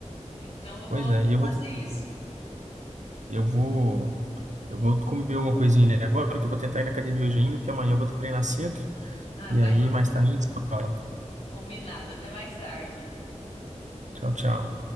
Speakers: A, on the left; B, on the right.
A: Então eu
B: Pois
A: vou
B: é,
A: vou
B: e eu
A: fazer
B: vou te-
A: isso.
B: eu vou eu vou comer uma coisinha ali agora, que eu vou tentar ir na academia hoje ainda, porque amanhã eu vou treinar cedo,
A: Ah,
B: e
A: vai
B: aí
A: lá.
B: mais tarde a gente se fala.
A: Combinado, até mais tarde.
B: Tchau, tchau.